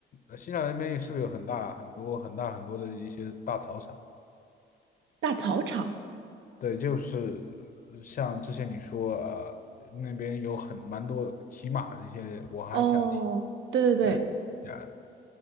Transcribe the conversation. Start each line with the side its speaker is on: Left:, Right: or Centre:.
Left: 呃新西兰那边是不是有很大很多很大很多的一些大草场？
Right: 大草场，
Left: 对，就是呃像之前你说呃那边有很蛮多骑马这些，我还想体
Right: 哦，对对对，
Left: 蛮呀